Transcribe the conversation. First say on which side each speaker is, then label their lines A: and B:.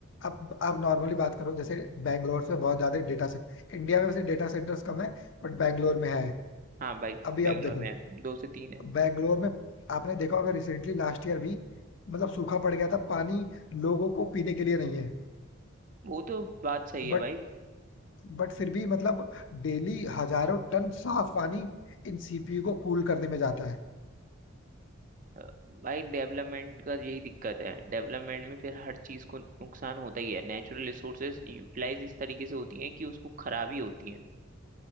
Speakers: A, on the left; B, on the right.
A: आप आप नॉर्मली बात करो जैसे बैंगलोर में बहुत ज्यादा डेटा से इंडिया में वैसे डेटा सेंटर्स कम है बट बैंगलोर में है
B: हाँ भाई
A: अभी
B: बैंगलोर
A: आप देखो
B: में है दो से तीन है
A: बैंगलोर में आपने देखा होगा रिसेंटली लास्ट ईयर भी मतलब सूखा पड़ गया था पानी लोगों को पीने के लिए नहीं है
B: वो तो बात सही है
A: बट
B: भाई
A: बट फिर भी मतलब डेली हजारों टन साफ पानी इन सीपीयू को कूल करने में जाता है
B: अ, भाई डेवलपमेंट का यही दिक्कत है डेवलपमेंट में फिर हर चीज़ को नुकसान होता ही है नेचुरल रिसोर्सेज यूटिलाइज इस तरीके से होती हैं कि उसको खराबी होती है